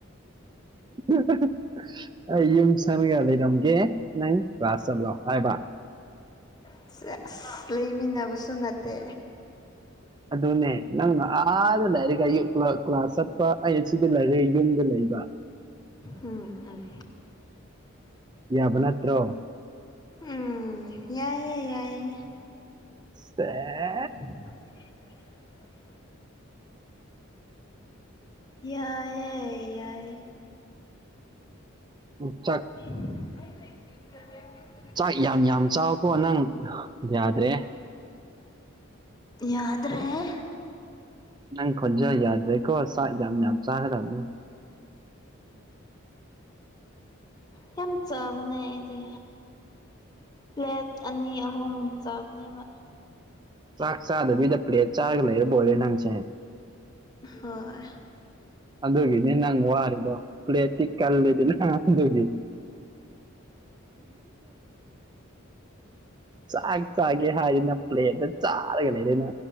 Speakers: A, on the right; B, on the left.
A: <unintelligible> ꯑꯩ ꯌꯨꯝ ꯁꯪꯉꯒ ꯂꯩꯔꯝꯒꯦ ꯅꯪ ꯀ꯭ꯂꯥꯁ ꯆꯠꯂꯣ ꯍꯥꯏꯕ
B: ꯑꯁ ꯂꯩꯃꯤꯟꯅꯕꯁꯨ ꯅꯠꯇꯦ
A: ꯑꯗꯨꯅꯦ ꯅꯪꯅ ꯑꯥꯗ ꯂꯩꯔꯒ ꯀ꯭ꯂꯥꯁ ꯆꯠꯄ ꯑꯩ ꯁꯤꯗ ꯂꯩꯔꯒ ꯌꯨꯝꯗ ꯂꯩꯕ
B: ꯎꯝ
A: ꯌꯥꯕ ꯅꯠꯇ꯭ꯔꯣ
B: ꯎꯝ ꯌꯥꯏꯌꯦ ꯌꯥꯏꯌꯦ
A: <unintelligible>
B: <unintelligible> ꯌꯥꯏ ꯌꯥꯏ
A: ꯎ ꯆꯠ
B: <unintelligible>
A: ꯆꯥꯛ ꯌꯥꯝ ꯌꯥꯝ ꯆꯥꯎꯕꯀꯣ ꯅꯪ ꯌꯥꯗ꯭ꯔꯦ
B: ꯌꯥꯗꯔꯦ
A: ꯅꯪ ꯈꯖ ꯌꯥꯗ꯭ꯔꯦꯀꯣ ꯌꯥꯝ ꯌꯥꯝ ꯆꯥꯈ꯭ꯔꯕꯅꯤ
B: ꯅꯤ ꯌꯥꯝ ꯆꯥꯕꯅꯦꯗꯤ ꯄ꯭ꯂꯦꯠ ꯑꯅꯤ ꯑꯍꯨꯝ ꯆꯥꯕꯅꯦꯕ
A: ꯆꯥꯛ ꯆꯥꯗꯕꯕꯤꯗ ꯄ꯭ꯂꯦꯠ ꯆꯥꯔꯒ ꯂꯩꯔꯦ ꯕꯣꯂꯦ ꯅꯪꯁꯦ
B: ꯍꯣꯏ
A: ꯑꯗꯨꯒꯤꯅꯦ ꯅꯪ ꯋꯥꯔꯤꯗꯣ ꯄ꯭ꯂꯦꯠꯇꯤ ꯀꯜꯂꯦꯗ ꯅ ꯑꯗꯨꯒꯤ <inaudible> <inaudible> ꯆꯥꯛ ꯆꯥꯒꯦ ꯍꯥꯏꯔꯤꯅ ꯄ꯭ꯂꯦꯠꯇ ꯆꯥꯔꯒ ꯂꯩꯔꯦꯅ